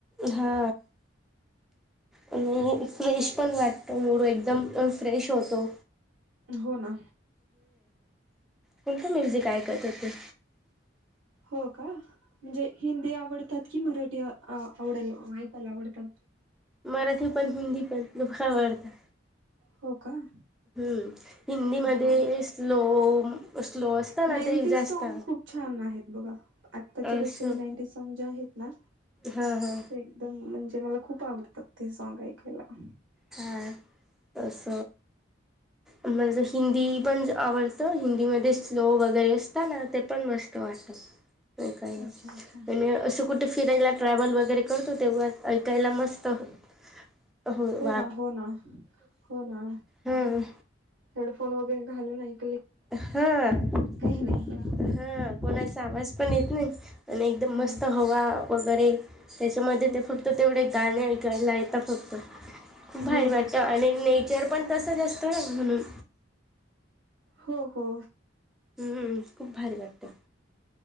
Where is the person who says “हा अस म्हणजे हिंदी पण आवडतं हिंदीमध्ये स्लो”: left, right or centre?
Centre